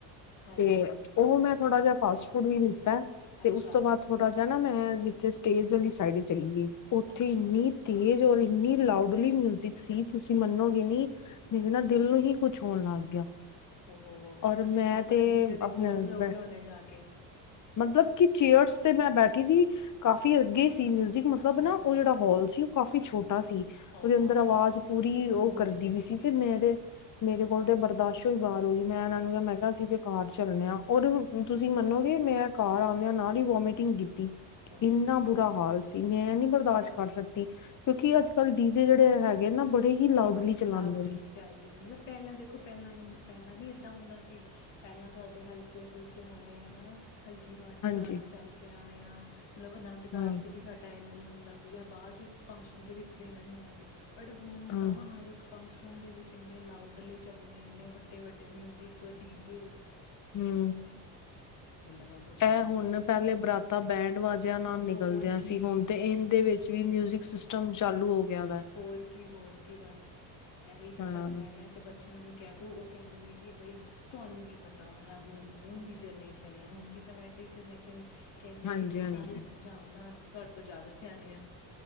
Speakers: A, on the left; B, on the left.
A: ਹਾਂਜੀ
B: ਤੇ
A: ਹਾਂਜੀ
B: ਉਹ ਮੈਂ ਥੋੜਾ ਜਿਹਾ ਫਾਸਟ ਫੂਡ ਵੀ ਨੀ
A: ਅੱਛਾ
B: ਬਸ <unintelligible> ਉਤੋ ਬਾਦ ਥੋੜਾ ਜਿਹਾ ਨਾ ਮੈਂ, ਵਿਚੇ ਸਟੇਜ ਵਾਲੀ ਸਾਈਡ ਚਲੀ ਗਈ। ਉੱਥੇ
A: ਅੱਛਾ
B: ਇੰਨੀ ਤੇਜ਼ ਔਰ ਇੰਨੀ ਲਾਉ ਬੁਲੀ ਮਿਊਜਿਕ ਸੀ ਤੁਸੀਂ ਮੰਨੋਗੇ ਨਹੀਂ ਮੇਰੇ ਨਾ ਦਿਲ ਨੂੰ ਹੀ ਕੁਛ ਹੋਣ ਲੱਗ ਗਿਆ।
A: ਉਹੋ
B: ਔਰ
A: ਤੁਸੀਂ
B: ਮੈਂ
A: ਬਿਲਕੁਲ
B: ਤੇ
A: ਡੀਜੇ ਦੇ
B: ਆਪਣੇ
A: ਕੋਲ ਖਲੋਗੇ
B: ਹਸਬੈਂਡ
A: ਹੋਣੇ ਆ ਜਾ ਕੇ,
B: ਮਤਲਬ ਕਿ ਚੇਅਰਸ ਤੇ ਮੈਂ ਬੈਠੀ ਸੀ, ਕਾਫੀ ਅੱਗੇ ਸ ਈ ਮਿਊਜਿਕ ਮਤਲਬ
A: ਅੱਛਾ
B: ਨਾ
A: ਅੱਛਾ
B: ਉਹ
A: ਅੱਛਾ
B: ਜਿਹੜਾ ਹੋਲ ਸੀ, ਉਹ ਕਾਫੀ ਛੋਟਾ ਸੀ
A: ਉਹ
B: ਉਹਦੇ ਅੰਦਰ
A: ਅੱਛਾ
B: ਆਵਾਜ਼ ਪੂਰੀ ਉਹ
A: ਗੂੰਜਦੀ
B: ਕਰਦੀ
A: ਪਈ
B: ਵੀ ਸੀ, ਤੇ ਮੇਰੇ ਮੇਰੇ ਕੋਲ ਤੇ ਬਰਦਾਸ਼ੋ ਹੀ ਬਾਹਰ ਹੋ ਗਈ, ਮੈਂ ਇਹਨਾਂ ਨੂੰ ਕਿਹਾ ਮੈਂ ਕਿਹਾ ਅਸੀਂ ਤੇ ਕਾਰ ਚਲਣੇ ਆ ਉਹ ਤੁਸੀਂ ਮੰਨੋਗੇ। ਮੈਂ ਘਰ ਆਦੀਆ ਨਾਲ ਹੀ ਵੋਮਟਿੰਗ ਕੀਤੀ।
A: ਉਹ
B: ਇਨਾ
A: ਹੋ
B: ਬੁਰਾ ਹਾਲ ਸੀ ਮੈਂ ਨਹੀਂ ਬ ਕਾਸ ਕਰ ਸਕਦੀ, ਕਿਉਂਕਿ ਅੱਜ ਕੱਲ ਡੀਜੇ ਜਿਹੜੇ ਹੈਗੇ ਨਾ ਬੜੇ ਹੀ ਲਾਊਡਲੀ ਚਲਾਉਂਦੇ
A: ਲਾਊਡਲੀ
B: ਨੇ
A: ਚੱਲ ਗਈ, ਮਤਲਬ ਪਹਿਲਾਂ ਦੇਖੋ ਪਹਿਲਾਂ। ਪਹਿਲਾਂ ਨੀ ਏਦਾਂ ਹੁੰਦਾ ਸੀ, ਪਹਿਲਾਂ ਤੁਹਾਡੇ ਹਲਕੇ ਫੁਲਕੇ ਹੋਣੇ ਹਨਾ। ਹਲਕੀ ਆਵਾਜ਼ ਚ ਗਾਣਾ
B: ਹਾਂਜੀ
A: ਚੱਲ ਪਿਆ। ਆ ਮਤਲਬ ਆਨੰਦ ਕਾਰ
B: ਹਾਂ
A: 'ਚ ਵੀ ਸਾਡਾ ਇਹਨਾ ਨਹੀਂ, ਹੁੰਦਾ ਸੀ, ਜਾਂ ਬਾਅਦ ਚ ਫੰਕਸ਼ਨ ਦੇ ਵਿੱਚ ਵੀ ਇਹਨਾ ਨੀ ਹੁੰਦਾ ਸੀ। ਪਰ ਹੁਣ
B: ਹਾਂ
A: ਤਾਂ ਹਾਰ ਫੰਕਸ਼ਨ ਦੇ ਵਿੱਚ ਇੰਨੇ ਲਾਊਡ ਲਈ ਚੱਲਣੇ ਇੰਨੇ ਵੱਡੇ-ਵੱਡੇ ਮਿਊਜਿਕ ਡੀ-ਜੇ,
B: ਹੂੰ,
A: ਹੁਣ ਸਭ
B: ਇਹ
A: ਚੀਜ਼ਾਂ
B: ਹੁਣ
A: ਦਾ
B: ਪਹਿਲੇ ਬਰਾਤਾ ਬਹਿਣ ਵਾਜ ਨਾਲ ਨਿਕਲਦਿਆਂ
A: ਔਰ ਕੀ
B: ਸੀ, ਹੁਣ ਤੇ ਇਹਦੇ ਵਿੱਚ ਵੀ ਮਿਊਜ਼ਿਕ ਸਟਮ ਸਮ ਚਾਲੂ ਹੋ, ਗਿਆ ਦਾ
A: ਹੋਰ ਕੀ ਹੋਰ ਕੀ ਬਸ ਇਹੀ ਤਾਂ
B: ਹਾਂ।
A: ਸਭ ਹੈਗਾ ਤੇ ਬੱਚਿਆਂ ਨੂੰ ਕਹਿ ਦੋ ਉਹ ਕਹਿੰਦੇ ਨੇ ਕਿ ਬਈ ਤੁਹਾਨੂੰ ਕੀ ਪਤਾ। ਹੁਣ-ਹੁਣ ਦੀ ਜਨਰੇਸ਼ਨ ਆ ਹੁਣ ਦੀ ਤਾਂ ਵੇ, ਜਨਰੇਸ਼ਨ ਕਹਿੰਦੀ
B: ਹਾਂਜੀ,
A: ਹੈ, ਕਿ ਤੁਸੀਂ
B: ਹਾਂਜੀ।
A: ਸਾਨੂੰ ਸਮਝਾਓ ਨਾ ਅਸੀਂ ਤੁਹਾਡੇ ਤੋਂ ਜ਼ਿਆਦਾ ਸਿਆਣੇ ਆ।